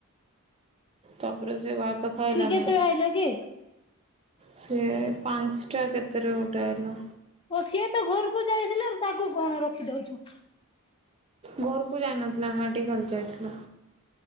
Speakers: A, on the right; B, on the left.
A: ତାପରେ ସେ ଭାତ ଖାଇଲାନି।
B: ସିଏ କେତେବେଳେ ଆଇଲା କି
A: ସିଏ ପାଞ୍ଚଟା କେତେରେ ଗୋଟେ ଆଇଲା।
B: ଓ ସିଏ ତ ଘରକୁ ଯାଇଥିଲା ଆର୍ ତାକୁ କଣ ରଖିଦଉଛୁ।
A: ଘୋରକୁୁ ଯାଇନଥିଲା ମେଡିକାଲ୍ ଯାଇଥିଲା।